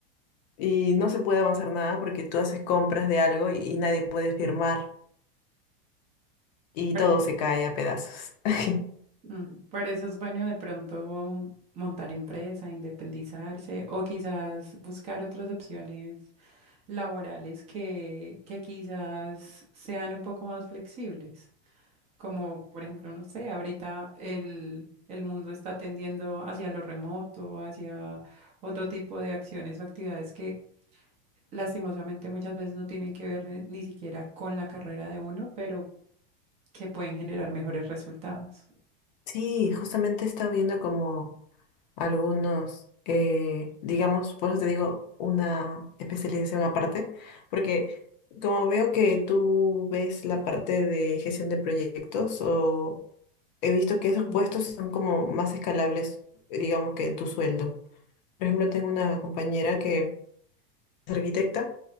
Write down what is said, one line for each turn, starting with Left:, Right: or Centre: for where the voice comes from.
Left: Y no se puede avanzar nada porque tú haces compras de algo y, y nadie puede firmar y
Right: para,
Left: todo se cae a pedazos. <laughs>
Right: mm, para eso es bueno de pronto um, montar empresa, independizarse o quizás buscar otras opciones laborales que, que quizás sean un poco más flexibles. Como por ejemplo, no sé, ahorita el, el mundo está tendiendo hacia lo remoto, hacia otro tipo de acciones o actividades que lastimosamente muchas veces no tienen que ver ni, ni siquiera con la carrera de uno, pero que pueden generar mejores resultados.
Left: Sí, justamente he estado viendo como... algunos, eh, digamos, por eso te digo, una especialización aparte, porque como veo que tú ves la parte de gestión de proyectos, o he visto que esos
Right: Sí,
Left: puestos son como más escalables, digamos, que en tu sueldo. Por ejemplo, tengo una compañera que es arquitecta